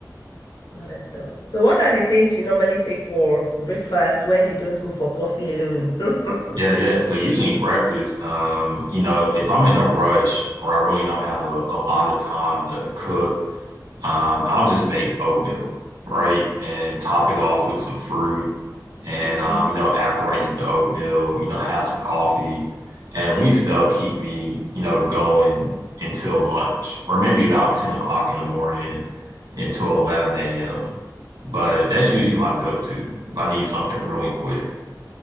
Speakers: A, on the left (about 70°); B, on the right (about 70°).
A: Not at all. So, what are the things you normally take for breakfast when you don't go for coffee alone? <laughs>
B: Yeah, yeah. So usually breakfast, um, you know, if I'm in a rush or I really don't have a, a lot of time to cook, Um, I'll just make oatmeal, right? And top it off with some fruit. And
A: Mhm.
B: um, you know, after I eat the oatmeal, you know, have some coffee. And at least they'll keep me, you know, going until lunch, or maybe about 10 o'clock in the morning until 11 a.m. But that's usually my go-to if I need something really quick.